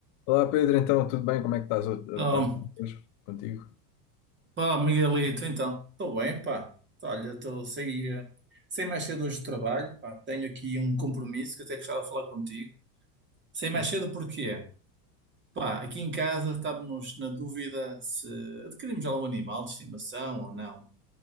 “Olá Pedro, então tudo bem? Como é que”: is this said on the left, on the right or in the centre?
Left